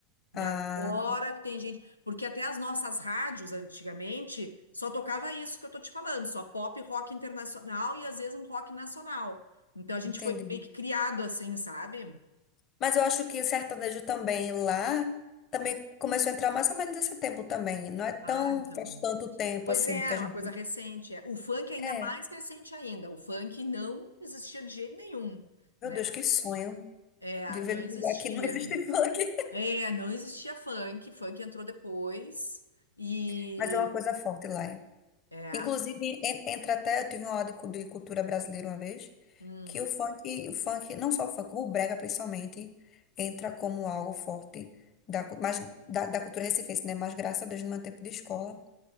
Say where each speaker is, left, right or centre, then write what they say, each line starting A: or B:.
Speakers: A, on the left; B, on the left.
A: E
B: Ah,
A: agora que tem gente, porque até as nossas rádios antigamente só tocava isso que eu tô te falando, só pop, rock internacional e às vezes um rock nacional. Então a gente
B: entendi.
A: foi meio que criado assim, sabe?
B: Mas eu acho que sertanejo também lá também começou a entrar mais ou menos nesse tempo também. Não é tão
A: Ah, então.
B: faz tanto tempo
A: Pois
B: assim
A: é,
B: que a
A: é
B: gente.
A: uma coisa recente. é. O funk é ainda
B: É,
A: mais recente ainda. O funk não existia de jeito nenhum,
B: meu
A: né?
B: Deus, que sonho
A: É,
B: viver
A: não
B: num
A: existia.
B: lugar que não existe funk.
A: É, não existia funk. Funk entrou depois e
B: <laughs> Mas é uma coisa forte lá. é.
A: é.
B: Inclusive, en- entra até, eu tive uma aula de, cu- de cultura brasileira uma vez,
A: hum,
B: que o funk, o funk, não só o funk, o brega principalmente, entra como algo forte da, cu- mas, da, da cultura recifense, né? Mas graças a Deus, no meu tempo de escola,